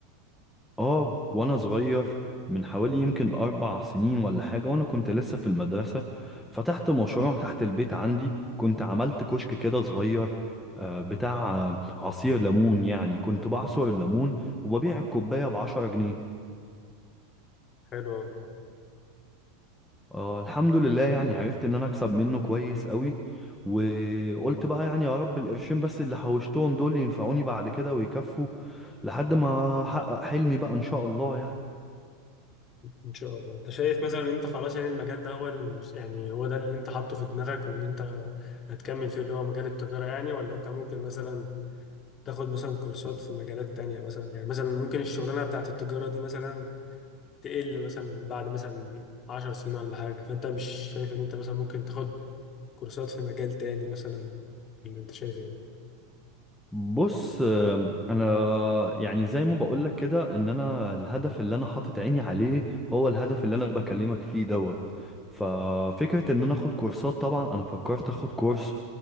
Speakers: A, in the centre; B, on the left (about 35°).
A: اه وانا صغير من حوالي يمكن اربع سنين ولا حاجة وانا كنت لسه في المدرسة فتحت مشروع تحت البيت عندي كنت عملت كشك كده صغير آه، بتاع آه، عصير ليمون يعني كنت بعصر الليمون وببيع الكوباية بعشرة جنيه
B: حلو
A: آه الحمد لله يعني عرفت ان انا اكسب منه كويس قوي وقلت بقى يعني يا رب القرشين بس اللي حوشتهم دول ينفعوني بعد كده ويكفوا لحد ما احقق حلمي بقى ان شاء الله يعني
B: ان شاء الله انت شايف مثلا ان انت خلاص يعني المجال ده هو المس... يعني هو ده اللي انت حاطه في دماغك وان انت هتكمل فيه اللي هو مجال التجارة يعني ولا انت ممكن مثلا تاخد مثلا كورسات في مجالات تانية مثلا يعني مثلا ممكن الشغلانة بتاعت التجارة دي مثلا تقل مثلا بعد مثلا 10 سنين ولا حاجة فانت مش شايف ان انت مثلا ممكن تاخد كورسات في مجال تاني مثلا اللي انت شايف ايه
A: بص آم، انا يعني زي ما بقولك كده ان انا الهدف اللي انا حاطط عيني عليه هو الهدف اللي انا بكلمك فيه دوت ففكرة ان انا اخد كورسات طبعا انا فكرت اخد كورس